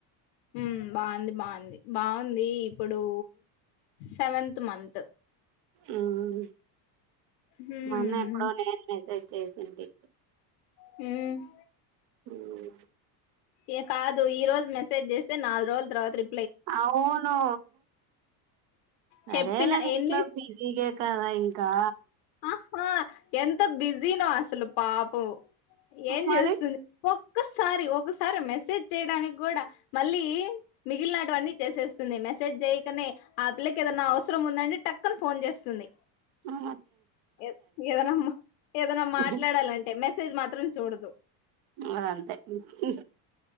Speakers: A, on the left; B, on the right.
A: హుమ్ బాగుంది బాగుంది బాగుంది ఇప్పుడూ సెవెంత్ మంత్
B: హు మ్
A: మ్మ్
B: మొన్న ఎప్పుడో నేను మెసేజ్ చేసింటి
A: హు మ్
B: హుమ్
A: ఏ కాదు ఈ రోజు మెసేజ్ చేస్తే నాలుగు రోజుల తర్వాత రి
B: అవునూ సరేలే
A: చెప్పిన
B: ఇంట్లో
A: ఎన్ని
B: బిజీగే కదా ఇంకా
A: ఆహా ఎంత బిజినో అసలు పాపం ఏం
B: మరి
A: చేస్తుంది ఒక్ క్కసారి ఒకసారి మెసేజ్ చేయడానికి కూడా మళ్ళీ మిగిలినటువన్నీ చేసేస్తుంది మెస్ సేజ్ చేయకనే ఆ పిల్లకేదన్నా అవసరం ఉందంటే టక్కున ఫోన్ చేస్తుంది
B: ఆ
A: ఏద్ ఏదన్నా ఏదన్న మాట్లాడాలంటే
B: అది
A: మెసేజ్ మాత్రం చూడదు
B: అదంతే మ్ హు